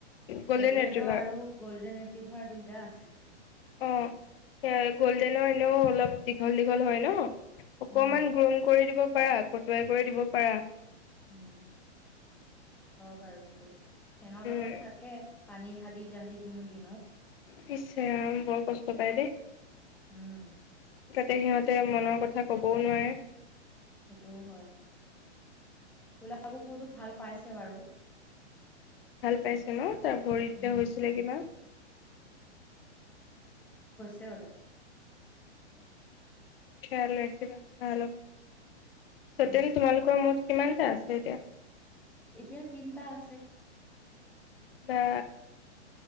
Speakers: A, on the left; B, in the centre.
A: গ'ল্ডেন
B: লেভ্ৰডৰ
A: ৰেট্ৰিভাৰ
B: আৰু গল্ডেন ৰেটিভাৰ দুইটা আছে
A: অ স গ'ল্ডেনৰ এনেও অলপ দীঘল দীঘল হয় ন অকমান
B: উম,
A: গ্ৰুম কৰি দিব পাৰা কটুৱাই কৰি দিব পাৰা
B: উম, হয় বাৰু সেইটো ফেনৰ
A: উম।
B: তলত থাকে পানী ঢালি ঢালি দিওঁ দিনত
A: নিশ্চয় বৰ কষ্ট পাই দেই
B: উম
A: যাতে সিহঁতে মনৰ কথা ক'বও নোৱাৰে
B: সেইটোও হয় কোলা কুকুৰটো ভাল পাইছে বাৰু
A: ভাল পাইছে ন তাৰ ভৰিত
B: উম,
A: যে হৈছিলে কিবা
B: হলো
A: খেয়াল ৰাখিবা ভব ত
B: উম,
A: তে তোমালোকৰ মোৰ কিমানটা আছে এতিয়া
B: এতিয়া তিনটা আছে
A: বা